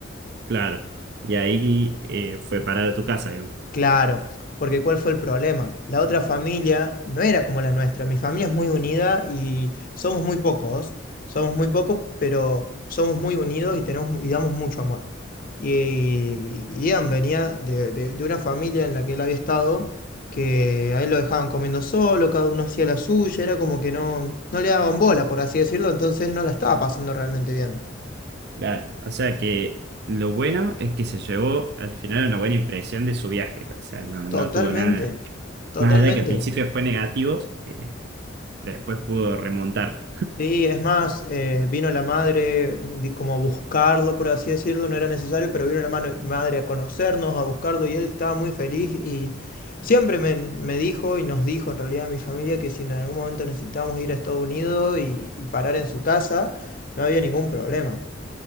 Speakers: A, on the right; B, on the left.
A: claro. Y ahí eh, fue parar a tu casa, digamos.
B: Claro, porque ¿cuál fue el problema? La otra familia no era como la nuestra. Mi familia es muy unida y somos muy pocos. Somos muy pocos, pero somos muy unidos y tenemos mu- y damos mucho amor. Y, y Ian venía de, de- de una familia en la que él había estado, que a él lo dejaban comiendo solo, cada uno hacía la suya, era como que no, no le daban bola, por así decirlo, entonces él no la estaba pasando realmente bien.
A: Claro, o sea que lo bueno es que se llevó al final una buena impresión de su viaje, o sea, no,
B: Totalmente,
A: no tuvo nada.
B: totalmente.
A: Más allá de que al principio fue negativo, eh, después pudo remontar.
B: Sí, es más, eh, vino la madre di- como a buscarlo, por así decirlo, no era necesario, pero vino la mano- madre a conocernos, a buscarlo y él estaba muy feliz y siempre me, me dijo y nos dijo en realidad a mi familia que si en algún momento necesitábamos ir a Estados Unidos y, y parar en su casa, no había ningún problema.